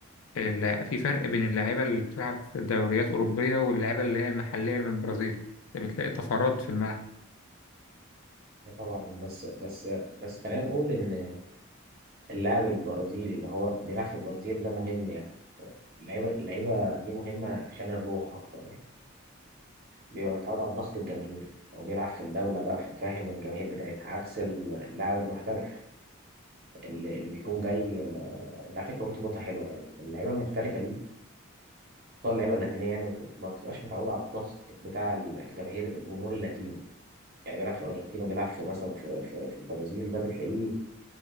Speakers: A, on the left (about 80°); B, on the right (about 45°).
A: ال- في فرق بين اللعيبه اللي بتلعب في دوريات اوروبيه واللعيبه اللي هي المحليه من البرازيل انت بتلاقي طفرات في الملعب
B: آه طبعا بس بس بس خلينا نقول إن اللاعب البرازيلي اللي هو بيلعب في البرازيل ده مهم يعني اللعيبة اللعيبة دي مهمة عشان الروح أكتر يعني بيبقى متعود على الضغط الجماهيري هو بيلعب في الدولة بقى ففاهم الجماهير بتاعتها عكس اللاعب المحترف اللي, اللي بيكون جاي آه، انت على فكرة قلت نقطة حلوة يعني اللعيبة المحترفة دي خصوصا اللعيبه اللاتينيه يعني ما بت- ما بتبقاش متعوده على الضغط بتاع الجماهير الجمهور اللاتيني يعني بيلعب في الارجنتين وبيلعب في مثلا في في, في البرازيل ده بتلاقيه